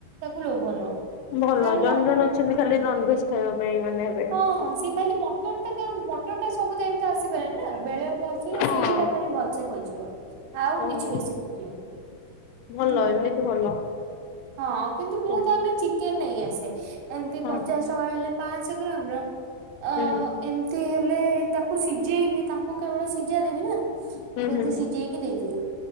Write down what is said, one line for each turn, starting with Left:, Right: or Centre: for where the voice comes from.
Right: ତାକୁ ଲୋଭ ନୁହଁ
Left: ଭଲ
Right: ଖାଲି
Left: ଜଣେ
Right: ମଟ
Left: ଜଣ ଅଛନ୍ତି ଖାଲି ନନଭେଜ
Right: ହୁଁ।
Left: ଖାଇବା ପାଇଁ ମାନେ ହେବେ
Right: ହଁ ସେ ଖାଲି ମଟନ୍ ଟା କ ମଟନ୍ ଟା ସବୁ ଟାଇ ତ ଆସିପାରେ ନା ବେଳେଠୁ ଆସିଲେ
Left: ହଁ
Right: ସେଇଟା ଖାଲି ଭଲସ ଖୋଜିବ ଆଉ
Left: ଓହୋ
Right: କିଛି ବେଶି ଖୋଜିବନି।
Left: ଭଲ
Right: ମଟନ
Left: ଏମିତି ଭଲ।
Right: ହଁ କିନ୍ତୁ ମୁଁ
Left: ସବୁ
Right: ତା ପାଇଁ ଚିକେନ ନେଇ ଆସେ ଏମତି
Left: ହଁ
Right: ପଚାଶ ଟଙ୍କା ହେଲେ ପାଞ୍ଚଶହ ଗ୍ରାମ ର ଅ
Left: ହୁଁ
Right: ଏମିତି ହେଲେ ତାକୁ ସିଝେଇକି ତାଙ୍କୁ କେବଳ ସିଝା ଦେବି ନା ତାକୁ
Left: ହୁଁ ହୁଁ
Right: ଏମତି ସିଝେଇକି ଦେଇଦିଅ